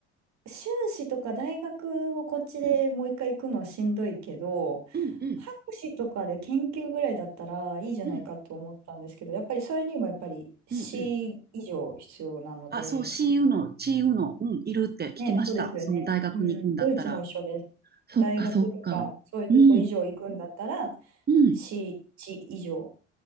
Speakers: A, on the right (about 50°); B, on the right (about 25°).
A: 修士とか大学をこっちでもう一回行くのはしんどいけど、
B: うんうんうん
A: 博士とかで研究ぐらいだったらいいじゃないかと思ったんですけど、
B: うん
A: やっぱりそれにもやっぱり C
B: うんうん。
A: 以上必要なので、
B: あ、そう、シーウの、チーウの、うん、いるって聞きました。
A: ね、そうですよね。
B: その大学に行くんだったら。
A: うん、ドイツも一緒です。
B: そっかそっか。
A: 大学とかそういうとこ以上行くんだったら
B: うんうん。
A: C1 以上。